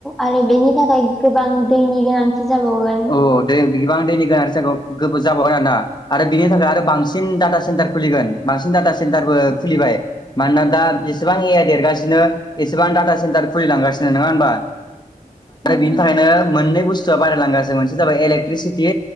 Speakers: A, in the centre; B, on the left (about 30°).
A: आरो बेनि थाखाय गोबां दैनि गोनांथि जाबावगोन
B: औ दै गोबां दैनि गोनांथि जायखौ गोबाव जाबावगोन आरोना आरो बिनि थाखाय आरो बांसिन डाटा सेन्टार खुलिगोन बांसिन डाटा सेन्टारबो खुलिबाय मानोना दा बेसेबां एआइ देरगासिनो एसेबां डाटा सेन्टार खुलि लांगासिनो नङा होनबा
A: उम
B: बेनि थाखायनो मोननै बु बारायलांगासिनो मोनसे जाबाय इलेक्ट्रिसिटि